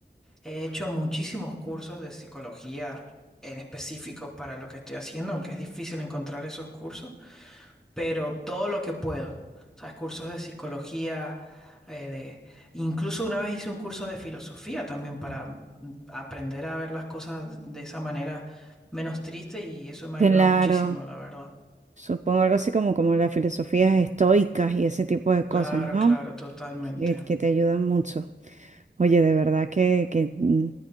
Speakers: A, in the centre; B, on the right (about 40°).
A: he hecho muchísimos cursos de psicología en específicos para lo que estoy haciendo, aunque es difícil encontrar esos cursos, pero todo lo que puedo. O sea, cursos de psicología, eh, de... incluso una vez hice un curso de filosofía también para mm, aprender a ver las cosas de esa manera menos triste y eso me
B: claro.
A: ha ayudado muchísimo, la verdad.
B: Supongo algo así como, como las filosofías estoicas y ese tipo de cosas,
A: Claro,
B: ¿no?
A: claro, totalmente.
B: Que, que te ayudan mucho. Oye, de verdad que, que mm,